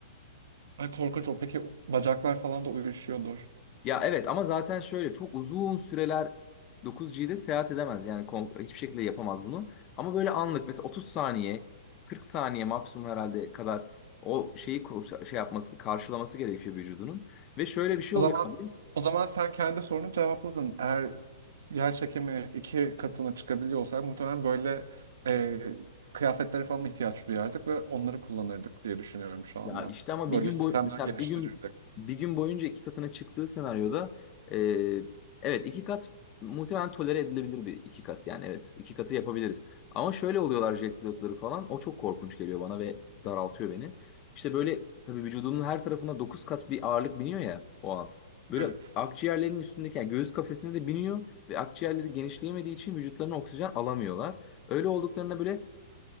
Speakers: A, on the right (about 75°); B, on the left (about 25°).
A: Ay korkunç o. Peki bacaklar falan da uyuşuyordur.
B: Ya evet ama zaten şöyle çok uzun süreler 9G'de seyahat edemez. Yani kon- hiçbir şekilde yapamaz bunu. Ama böyle anlık mesela 30 saniye, 40 saniye maksimum herhalde kadar o şeyi kor- şey yapması, karşılaması gerekiyor vücudunun. Ve şöyle bir şey
A: O
B: oluyor
A: zaman
B: abi.
A: o zaman sen kendi sorunu cevapladın. Eğer yer çekimi iki katına çıkabiliyor olsaydı muhtemelen böyle e, kıyafetlere falan ihtiyaç duyardık ve onları kullanırdık diye düşünüyorum şu anda.
B: Ya işte ama
A: Böyle
B: bir gün
A: sistemler
B: boy mesela
A: geliştirirdik.
B: bir gün bir gün boyunca iki katına çıktığı senaryoda eee, evet iki kat muhtemelen tolere edilebilir bir iki kat yani evet iki katı yapabiliriz. Ama şöyle oluyorlar jet pilotları falan o çok korkunç geliyor bana ve daraltıyor beni. İşte böyle tabii vücudunun her tarafına dokuz kat bir ağırlık biniyor ya o an. Böyle
A: Evet.
B: akciğerlerinin üstündeki yani göğüs kafesine de biniyor ve akciğerleri genişleyemediği için vücutlarına oksijen alamıyorlar. Öyle olduklarına böyle